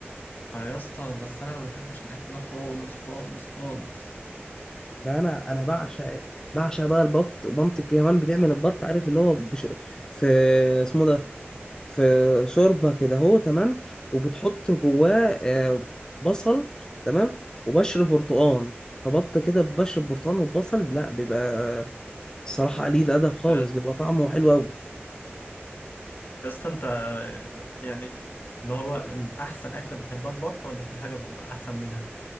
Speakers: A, on the left; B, on the left.
A: فيا اسطى بس انا ما بحبش الاكل ده خالص خالص خالص
B: ده انا انا بعشق بعشق بقى البط ومامتي كمان بتعمل البط عارف اللي هو بش... في اسمه ده في شوربه كده هو تمام وبتحط جواه آه، بصل تمام وبشر برتقان فبط كده ببشر برتقان وبصل لا بيبقى الصراحه قليل الادب خالص
A: آه،
B: بيبقى طعمه حلو قوي
A: يا اسطى انت آه، يعني اللي هو احسن اكله بتحبها البط ولا في حاجه احسن منها